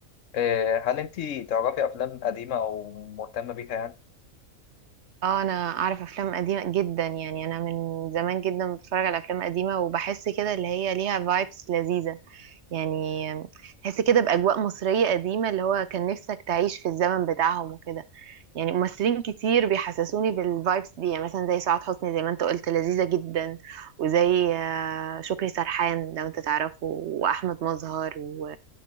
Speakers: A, on the left (about 70°); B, on the right (about 60°).
A: إيه، هل أنتي تعرفي أفلام قديمة أو مهتمة بيها يعني؟
B: اه انا اعرف افلام قديمه جدا يعني انا من زمان جدا بتفرج على افلام قديمه وبحس كده اللي هي ليها فايبس لذيذه يعني تحس كده باجواء مصريه قديمه اللي هو كان نفسك تعيش في الزمن بتاعهم وكده يعني ممثلين كتير بيحسسوني بالفايبس دي يعني مثلا زي سعاد حسني زي ما انت قلت لذيذة جدا وزي آه، شكري سرحان لو انت تعرفه واحمد مظهر و...